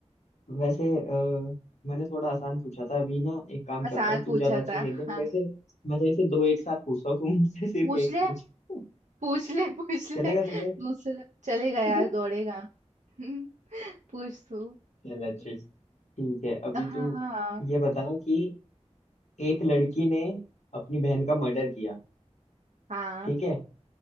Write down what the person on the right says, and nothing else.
आसान
पूछा
था
हाँ
पूछ
ले
पूछ ले पूछ ले
दूसरा
चलेगा यार
दौड़ेगा <laughs> पूछ तू
हाँ
हाँ
हाँ